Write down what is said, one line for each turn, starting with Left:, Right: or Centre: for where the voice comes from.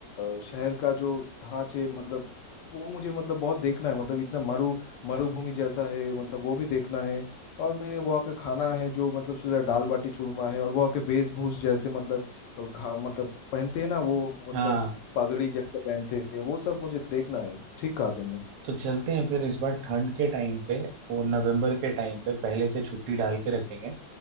Left: अ, शहर का जो ढांचे मतलब वो मुझे मतलब बहुत देखना है मतलब इतना मरु मरुभूमि जैसा है मतलब वो भी देखना है और मैंने वहाँ का खाना है जो मतलब सूर्य दाल बाटी चूरमा है और वहाँ के वेशभूष जैसे मतलब घा, मतलब पहनते हैं ना वो मतलब
Right: हाँ
Left: पगड़ी जैसा पहनते हैं वो सब मुझे देखना है ठीक कहा तुमने
Right: तो चलते हैं फिर इस बार ठंड के टाइम पे वो नवंबर के टाइम पे पहले से छुट्टी डाल के रखेंगे